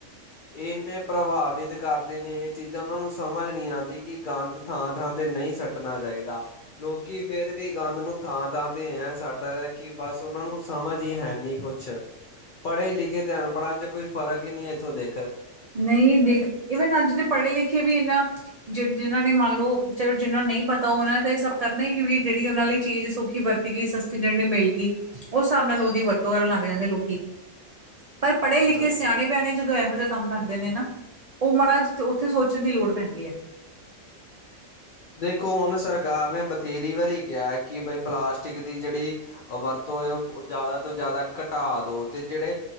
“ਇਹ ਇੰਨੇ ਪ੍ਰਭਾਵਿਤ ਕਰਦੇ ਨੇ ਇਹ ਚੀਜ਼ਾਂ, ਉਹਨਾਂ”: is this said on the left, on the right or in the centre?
Left